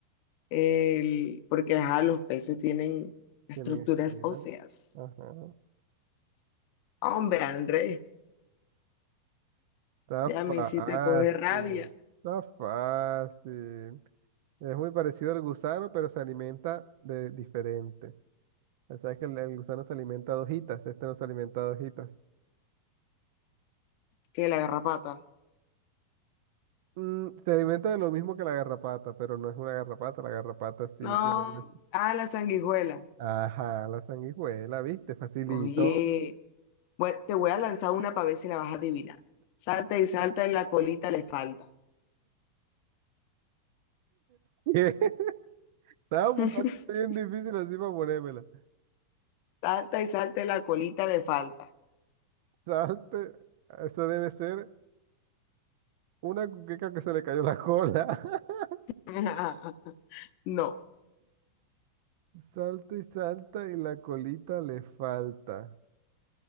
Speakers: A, on the left; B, on the right.
A: el, porque ajá, los peces tienen estructuras
B: Tienen espinas.
A: óseas.
B: Ajá.
A: Hombre, Andrés,
B: Está
A: ya me
B: fácil,
A: hiciste coger rabia.
B: está fácil. Es muy parecido al gusano, pero se alimenta de diferente. O sea, que el, el gusano se alimenta de hojitas, este no se alimenta de hojitas.
A: Que la garrapata.
B: Mm, se alimenta de lo mismo que la garrapata, pero no es una garrapata, la garrapata sí
A: No,
B: tiene hueso.
A: ah, la sanguijuela.
B: Ajá, la sanguijuela, ¿viste? Facilito.
A: Oye. Bueno, te voy a lanzar una para ver si la vas a adivinar. Salta y salta y la colita le falta.
B: <laughs> Estaba buscando
A: <laughs>
B: una bien difícil así para ponérmela.
A: Salta y salta y la colita le falta.
B: Salte, eso debe ser una cuqueca que se le cayó la cola. <laughs>
A: <laughs> No.
B: Salta y salta y la colita le falta.